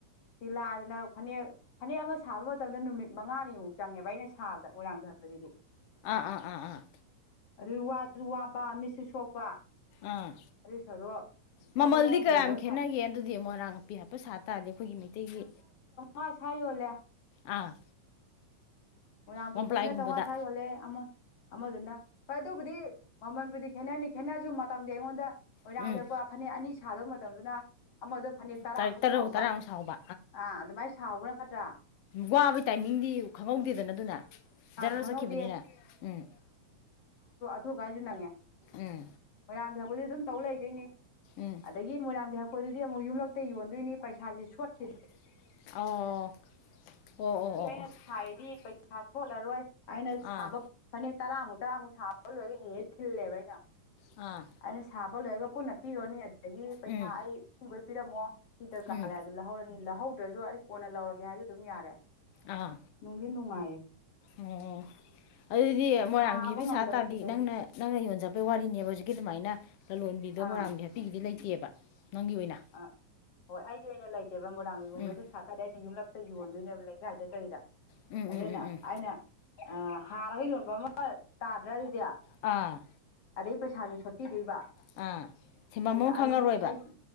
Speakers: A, on the left; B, on the left.
A: ꯇꯤꯜꯂꯥꯑ ꯐꯅꯦꯛ ꯐꯅꯦꯛ ꯑꯃ ꯁꯥꯕ ꯃꯇꯝꯗ ꯅꯨꯃꯤꯠ ꯃꯉꯥꯅꯤꯃꯨꯛ ꯆꯪꯉꯦꯕ ꯑꯩꯅ ꯁꯥꯕꯗ ꯃꯣꯏꯔꯥꯡ ꯊꯔꯛꯄꯁꯤꯗꯤ
B: ꯑꯥ ꯑꯥ ꯑꯥ ꯑꯥ
A: ꯑꯗꯥꯒꯤ ꯋꯥꯖ ꯋꯥꯕ ꯃꯦꯁꯤ ꯁꯣꯛꯄ
B: ꯑꯥ
A: ꯑꯗꯨꯏ ꯁꯔꯨꯛ ꯗꯣꯡ
B: ꯃꯃꯜꯗꯤ
A: ꯗꯣꯡ ꯗꯣꯡ
B: ꯀꯌꯥꯝ
A: ꯍꯨꯜꯂꯒ
B: ꯈꯦꯠꯅꯒꯦ
A: ꯁꯥ
B: ꯑꯗꯨꯗꯤ ꯃꯣꯏꯔꯥꯡ ꯑꯅꯥꯄꯤ ꯍꯥꯞꯄ ꯁꯥ ꯇꯥꯔꯗꯤ ꯑꯩꯈꯣꯏꯒꯤ ꯃꯩꯇꯩꯒꯤ
A: ꯍꯁꯏ ꯋꯥꯂꯦ
B: ꯑꯥ
A: ꯃꯣꯏꯔꯥꯡ
B: ꯋꯥꯟꯄ꯭ꯂꯥꯏꯒꯨꯝꯕꯗ
A: ꯈꯨꯣꯏꯅ ꯆꯥꯝꯃꯉꯥ ꯁ꯭ꯋꯥ ꯌꯣꯜꯂꯦ ꯑꯃ ꯑꯃꯗꯨꯅ ꯍꯣꯏ ꯑꯗꯨꯕꯨꯗꯤ ꯃꯃꯜꯕꯨꯗꯤ ꯈꯦꯠꯅꯅꯤ ꯈꯦꯠꯅꯔꯁꯨ ꯃꯇꯝꯗꯤ ꯑꯩꯉꯣꯟꯗ ꯑꯣꯏꯣꯏꯔꯥꯡ
B: ꯎꯝ
A: ꯀꯛꯄ ꯐꯅꯦꯛ ꯑꯅꯤ ꯁꯥꯗꯧ ꯇꯗꯨꯅ ꯑꯃꯗ ꯐꯅꯦꯛ ꯇꯔꯥꯃꯨꯛ
B: ꯇꯥꯔꯤꯛ ꯇꯔꯨꯛ
A: ꯁꯥꯎꯕ
B: ꯇꯔꯥꯃꯨꯛ ꯁꯥꯎꯕ
A: ꯑꯥ ꯑꯗꯨꯃꯥꯏꯅ ꯁꯥꯎꯕꯅ ꯀꯇꯥ <unintelligible>
B: ꯋꯥꯕꯒꯤ ꯇꯥꯏꯃꯤꯡꯗꯤ ꯈꯪꯍꯧꯗ ꯗꯅ ꯑꯗꯨꯅ
A: ꯑꯥ
B: ꯖꯔꯦꯜ
A: ꯈꯪꯍꯧꯗꯦ
B: ꯆꯠꯈꯤꯕꯅꯤꯅ ꯎꯝ
A: <unintelligible>
B: ꯎꯝ
A: ꯃꯣꯏꯔꯥꯡꯕꯤꯍꯛꯄꯨꯗꯤ ꯑꯗꯨꯝ ꯇꯧ ꯂꯩꯗꯣꯏꯅꯦ
B: ꯎꯝ
A: ꯑꯗꯒꯤ ꯃꯣꯏꯔꯥꯡꯕꯤꯍꯥꯛꯄ ꯍꯣꯏ ꯑꯗꯨꯗꯤ ꯑꯃꯨꯛ ꯌꯨꯝꯂꯛꯇ ꯌꯣꯟꯗꯣꯏꯅꯤ ꯄꯩꯁꯥꯁꯦ ꯁꯣꯠꯈꯤ
B: ꯑꯣ ꯑꯣ ꯑꯣ ꯑꯣ
A: ꯍꯧꯖꯤꯛꯀꯤ ꯑꯩꯅ
B: ꯑꯣ
A: ꯁꯥꯏꯗꯤ ꯄꯩꯁꯥ ꯁꯣꯠꯂꯔꯣꯏ ꯑꯩꯅ ꯁꯥꯕ
B: ꯑꯥ
A: ꯐꯅꯦꯛ ꯇꯔꯥꯨ ꯇꯔꯑꯃꯨꯛ ꯁꯥꯕ ꯂꯣꯏꯔꯒ ꯍꯦ ꯊꯤꯜꯂꯦꯕꯚ ꯑꯩꯅ
B: ꯑꯥ
A: ꯑꯩꯅꯁꯕ ꯂꯣꯏꯔꯒ ꯄꯨꯟꯅ ꯄꯤꯔꯣꯅꯤ ꯑꯗꯒꯤ ꯄꯩꯁꯥ
B: ꯎꯝ
A: ꯑꯩ ꯁꯤ ꯄꯤꯔꯝꯃꯣ ꯆꯤꯇ ꯀꯥꯦ
B: ꯎꯝ
A: ꯑꯗꯨ ꯂꯍꯧꯅꯤ ꯂꯍꯧ ꯑꯗꯨ ꯗꯁꯨ ꯑꯩ ꯀꯣꯟꯅ ꯂꯧꯔꯒꯦ ꯍꯥꯏꯁꯨ ꯑꯗꯨꯝ ꯌꯥꯔꯦ
B: ꯑꯥ
A: ꯅꯨꯡꯗꯤ ꯅꯨꯡꯉꯥꯏꯌꯦ
B: ꯑꯣ ꯑꯗꯨꯗꯤ ꯃꯣꯏꯔꯥꯡꯕꯤꯁꯤꯤꯕꯤ
A: ꯁꯥꯕ ꯉꯝꯗꯕ
B: ꯁꯥ ꯇꯥꯔꯗꯤ
A: ꯈꯛꯇꯅꯤ
B: ꯅꯪꯅ ꯅꯪꯅ ꯌꯣꯟꯖꯄꯒꯤ ꯋꯥꯔꯤꯅꯦꯕ ꯍꯧꯖꯤꯛꯀꯤ ꯑꯗꯨꯃꯥꯏꯅ ꯂꯂꯣꯟꯕꯤꯗꯣ
A: ꯑꯥ
B: ꯃꯣꯏꯔꯥꯡꯝꯒꯤ ꯍꯥꯄꯤꯒꯤꯗꯤ ꯂꯩꯇꯦꯕ ꯑ ꯅꯪꯒꯤ ꯑꯣꯏꯅ
A: ꯑꯥ ꯍꯣꯏ ꯑꯩꯒꯤ ꯑꯣꯏꯅ ꯂꯩ ꯕꯥ ꯃꯔꯥꯃꯤ ꯒꯨꯝꯃꯦ
B: ꯎꯝ
A: ꯁ ꯁꯥ ꯇꯗꯨꯝ ꯂ <unintelligible> ꯌꯣꯟꯗꯣꯏꯅꯦꯕ ꯂꯩꯀꯥꯏꯗ ꯀꯩꯗ
B: ꯎꯝ ꯎꯝ
A: ꯑꯗꯨꯗꯅ
B: ꯎꯝ ꯎꯝ
A: ꯑꯏꯅ ꯑ ꯍꯥꯔꯒ ꯌꯣꯟꯕ ꯑꯃ ꯇꯥꯗ꯭ꯔꯗꯤ
B: ꯑꯥ
A: ꯑꯗꯩ ꯄꯩꯁꯥꯁꯨ ꯁꯣꯠꯄꯤꯗꯣꯏꯕ
B: ꯑꯥ ꯁꯤꯟꯐꯝ
A: ꯑꯗꯨꯅ
B: ꯑꯃ ꯈꯪꯉꯔꯣꯏꯕ
A: ꯑꯩꯒꯤ ꯑꯩꯒꯤ